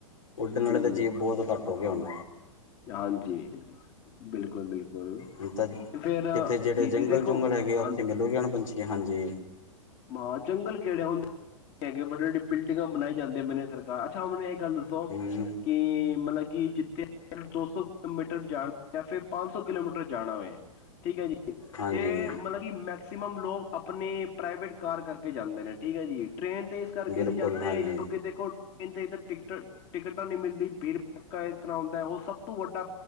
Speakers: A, on the left; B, on the left.
A: ਉੱਡਣ
B: ਜੀ
A: ਆਲੇ ਤਾਂ
B: ਜੀ
A: ਜੀਵ ਬੋਤ। ਘੱਟ ਹੋਗੇ ਹੁਨ।
B: ਹਾਂਜੀ। ਬਿਲਕੁਲ ਬਿਲਕੁਲ
A: ਹੁਣ ਤਾਂ
B: ਫਿਰ
A: ਕਿਤੇ ਜਿਹੜੇ
B: ਜੀ,
A: ਜੰਗਲ
B: ਜੀ ਦੇਖੋ
A: ਜੁੰਗਲ ਹੈਗੇ ਆ
B: ਹਾਂ,
A: ਉੱਥੇ ਮਿਲੋਗੇ ਹੁਣ ਪੰਛੀ ਹਾਂਜੀ
B: ਮਾ ਜੰਗਲ ਕਿਹੜੇ ਹੁੰਦੇ ਹੈਗੇ ਵੱਡੇ ਵੱਡੀ ਬਿਲਡਿੰਗਾਂ ਬਣਾਈ ਜਾਂਦੇ ਨੇ ਸਰਕਾਰ ਅੱਛਾ ਮੈਨੂੰ ਇਕ ਗੱਲ ਦੱਸੋ?
A: ਹੂੰ
B: ਕਿ ਮਤਲਬ ਕਿ ਜਿੱਥੇ ਦੋ ਸੌ ਕਿਲੋਮੀਟਰ ਜਾਣਾ। ਜਾਂ ਫਿਰ ਪੰਨ ਸੌ ਕਿਲੋਮੀਟਰ ਜਾਣਾ ਹੋਏ ਠੀਕ ਐ ਜੀ
A: ਹਾਂਜੀ
B: ਤੇ ਮਤਲਬ ਕਿ ਮੈਕਸੀਮਮ ਲੋਕ ਆਪਣੇ ਪ੍ਰਾਈਵੇਟ ਕਾਰ ਕਰਕੇ ਜਾਂਦੇ ਨੇ। ਠੀਕ ਐ ਜੀ ਟ੍ਰਰੇਨ ਤੇ ਇਸ ਕਰਕੇ
A: ਬਿਲਕੁਲ
B: ਨੀ ਜਾਂਦੇ
A: ਹਾਂਜੀ
B: ਕਿਉਂਕਿ ਦੇਖੋ, ਤੇ ਇ ਟਿਕਟ, ਟਿਕਟਾਂ ਨੀ ਮਿਲਦੀ ਭੀੜ ਭੜੱਕਾ ਇਤਨਾ ਹੁੰਦਾ ਹੁਨ ਸਭ ਤੋਂ ਵੱਡਾ,